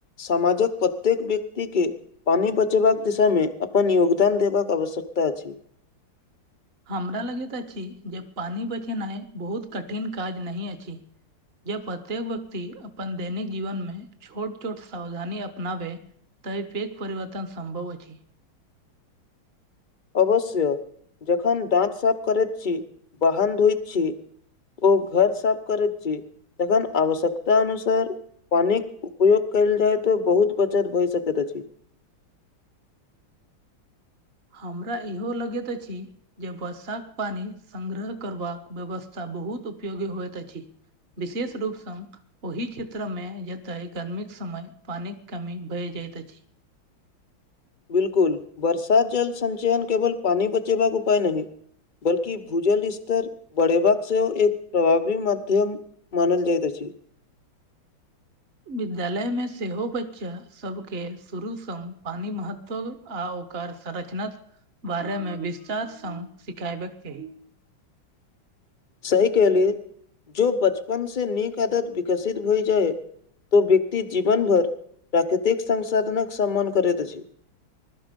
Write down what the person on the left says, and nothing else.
समाजक प्रत्येक व्यक्ति के पानि बचेबाक दिशामे अपन योगदान देबाक आवश्यकता अछि
अवश्य जखन दाँत साफ करैत छी बाहन धोइत छी ओ घर साफ करैत छी तखन आवश्यकता अनुसार पानिक उपयोग कयल जाय तऽ बहुत बचत भए सकैत अछि
बिलकुल बर्षा जल सञ्चयन केवल पानि बचेबाक उपाय नहि बल्कि भूजल स्तर बढ़ेबाक सेहो एक प्रभावी माध्यम मानल जाइत अछि
सही कहलियए जो बचपन से नीक आदत विकसित भई जाय तो व्यक्ति जीवन भर प्राकृतिक संसाधनक सम्मान करैत अछि